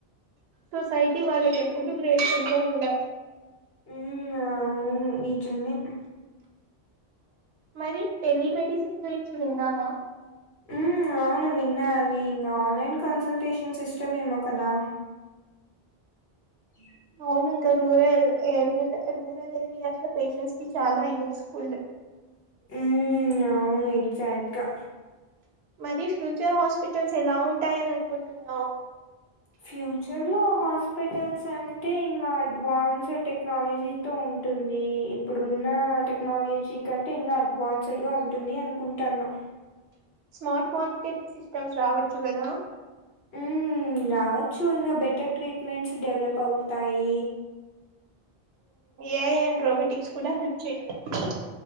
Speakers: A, on the right; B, on the left.
A: సొసైటీ వాళ్ళకి ఎప్పుడు గ్రేట్ఫుల్ గా ఉండాలి
B: ఉమ్ నిజమే
A: మరి టెలిమెడిసిన్ గురించి విన్నామా
B: ఊ అవునువిన్నా అవి ఇంకా ఆన్లైన్ కన్సల్టేషన్ సిస్టమ్ ఏమో కదా బ్లాంక్
A: అవును ఇంకా రూరల్ ఏరియా రూరల్ ఏరియా అట్లా పేషెంట్స్ కి చాలా యూస్ఫులు
B: ఉ అవును ఎక్సాక్ట్ గా
A: మరి ఫ్యూచర్ హాస్పిటల్స్ ఎలా ఉంటాయని అనుకుంటున్నావ్
B: ఫ్యూచర్ లో హాస్పిటల్స్ అంటే ఇంక అడ్వాన్స్ టెక్నాలజీ తో ఉంటుంది ఇప్పుడున్న టెక్నాలజీ కంటే ఇంకా అడ్వాన్స్డ్గా ఉంటుంది అనుకుంటాన
A: స్మార్ట్ మోనిటరింగ్ సిస్టమ్స్ రావచ్చు గదా
B: ఉ రవచ్చు ఇంక బెటర్ ట్రీట్మెంట్స్ డెవలప్ అవుతాయి
A: ఏఐ అండ్ రోబోటిక్స్ కూడ హెల్ప్ <unintelligible>